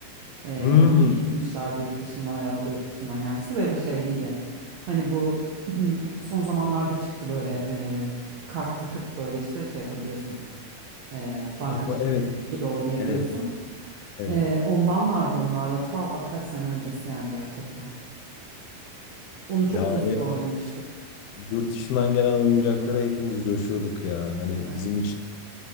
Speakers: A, on the right (about 75°); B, on the left (about 85°).
A: Ee,
B: Hmm.
A: Monopoly getirmişlerdi yurt dışından, e, o da yurt dışından gelmişti ve ve şeyliydi. Hani bu <clears throat> son zamanlarda çıktı böyle e, kart takıp böyle işte şey yapabiliyorsun. Ee, bankacılık
B: Oh, evet.
A: gibi oynayabiliyorsun.
B: Evet. Evet.
A: Ee, ondan vardı onlarda ta bak kaç sene öncesi yani gerçekten. Onu çok
B: Ya
A: uzun süre
B: evet,
A: oynamıştık.
B: yurt dışından gelen oyuncaklara hepimiz coşuyorduk ya. Hani
A: Evet.
B: bizim için